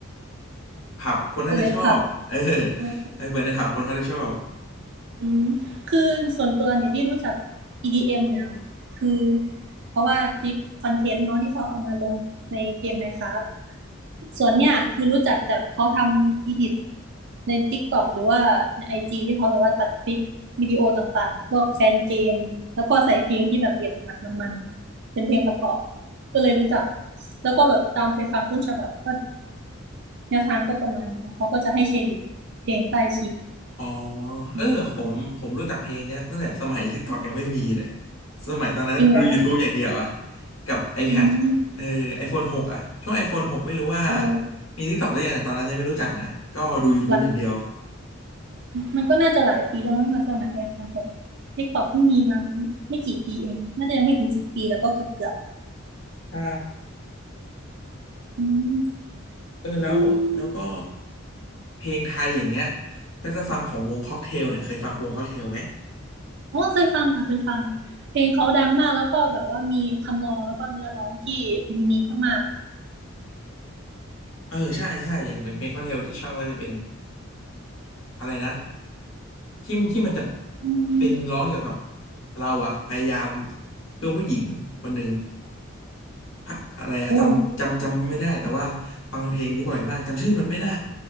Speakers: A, on the left; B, on the right.
A: ผับคนน่าจะชอบเออ
B: เปิดในผับเออ
A: เอาไปเปิดในผับคนเขาจะชอบ
B: อืมคือส่วนตัวเนี่ยที่รู้จัก EDM เอ็มเนี่ยคือเพราะว่าคลิปคอนเทนต์เนาะที่เขาเอามาลงในเกม Minecraft ส่วนเนี่ยคือรู้จักจากเขาทำอีดิทใน TikTok หรือว่าใน IG ที่เขาแบบว่าตัดคลิปวิดีโอต่างๆพวกแฟนเกมแล้วก็ใส่เพลงที่แบบเบียดหนักๆมันๆเป็นเพลงประกอบก็เลยรู้จักแล้วก็แบบตามไปฟังต้นฉบับก็แนวทางก็ประมาณนี้เนาะเขาก็จะให้เครดิตเพลงใต้คลิป
A: อ๋อเออผมผมรู้จักเพลงเนี้ยตั้งแต่สมัยที่ตอกยังไม่มีเลย
B: อืม
A: สมัยตอนนั้นดู
B: จริงเหรอ
A: YouTube อย่างเดียวอะกับ iPad
B: อืม
A: เออ iPhone หกอะช่วง iPhone หกไม่รู้ว่า
B: โอ้
A: มี TikTok หรือยังแต่ตอนนั้นยังไม่รู้จักนะก็ดู YouTube
B: หลาย
A: อย่างเดียว
B: มันก็น่าจะหลายปีแล้วมั้งมาสมัย iPhone หก TikTok เพิ่งมีมาไม่กี่ปีเองน่าจะยังไม่ถึงสิบปีแล้วก็เกือบเกือบ
A: ใช่
B: อืม
A: เออแล้วแล้วก็
B: อืม
A: เพลงไทยอย่างเงี้ยก็จะฟังของวงค็อกเทลเนี่ยเคยฟังวงค็อกเทลไหม
B: เพาเคยฟังค่ะเคยฟังเพลงเขาดังมากแล้วก็แบบว่ามีทำนองแล้วก็เนื้อร้องที่ยูนิคมาก
A: เออใช่ใช่อย่างเป็นเพลงค็อกเทลที่ชอบก็จะเป็นอะไรนะที่ที่มันจะ
B: ๆอืม
A: เป็นร้องเกี่ยวกับเราอะพยายามเพื่อผู้หญิงคนหนึ่งพะอะไรอะจำจำจำไม่ได้แต่ว่าฟังเพลงนี้บ่อยมากจำชื่อมันไม่ได้
B: โอ้